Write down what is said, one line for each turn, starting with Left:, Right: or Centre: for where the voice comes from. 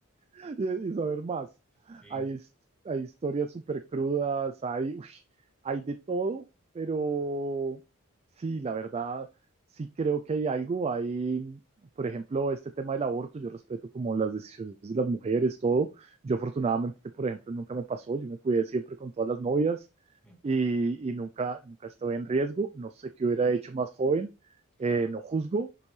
Right: <laughs> y, y saber más.
Centre: Sí,
Right: Hay, his- hay historias súper crudas, hay, uy, hay de todo, pero sí, la verdad, sí creo que hay algo. Hay, por ejemplo, este tema del aborto, yo respeto como las decisiones de las mujeres, todo. Yo afortunadamente, por ejemplo, nunca me pasó, yo me cuidé siempre con todas las novias
Centre: bien,
Right: y, y nunca, nunca estuve en riesgo. No sé qué hubiera hecho más joven, eh,
Centre: claro,
Right: no juzgo,